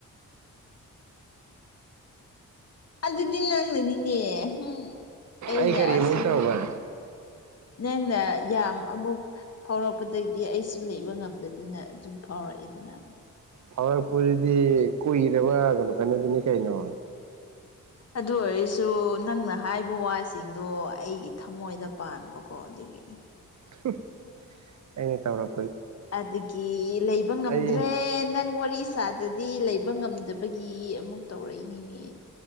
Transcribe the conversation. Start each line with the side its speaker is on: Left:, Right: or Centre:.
Left: ꯑꯗꯨꯗꯤ ꯅꯪꯅ ꯅꯤꯅꯦ ꯍꯨꯝ ꯑꯩꯅꯦ
Right: ꯑꯩ ꯀꯔꯤ
Left: ꯑꯁꯤ
Right: ꯑꯃꯨꯛ ꯇꯧꯕ
Left: ꯅꯪꯅ ꯌꯥꯝ ꯑꯃꯨꯛ ꯐꯥꯎꯔꯛꯄꯗꯒꯤꯗꯤ ꯑꯩꯁꯨ ꯂꯩꯕ ꯉꯝꯗꯗꯅ ꯑꯗꯨꯝ ꯐꯥꯎꯔꯛꯏꯗꯅ
Right: ꯐꯥꯔꯛꯄꯁꯤꯗꯤ ꯀꯨꯏꯔꯕ ꯀꯩꯅꯣ ꯀꯩꯅꯣꯗꯨꯅꯤ ꯀꯩꯅꯣ
Left: ꯑꯗꯨ ꯑꯣꯏꯔꯁꯨ ꯅꯪꯅ ꯍꯥꯏꯕ ꯋꯥꯁꯤꯡꯗꯣ ꯑꯩꯒꯤ ꯊꯃꯣꯏꯗ ꯄꯥꯟꯕꯀꯣ ꯑꯗꯨꯒꯤ
Right: <unintelligible> ꯑꯩꯅ ꯇꯧꯔ
Left: ꯑꯗꯒꯤ ꯂꯩꯕ ꯉꯝꯗ꯭ꯔꯦ
Right: ꯑꯩ
Left: ꯅꯪ ꯋꯥꯔꯤ ꯁꯥꯗꯗꯤ ꯂꯩꯕ ꯉꯝꯗꯕꯒꯤ ꯑꯃꯨꯛ ꯇꯧꯔꯛꯏꯅꯤꯅꯦ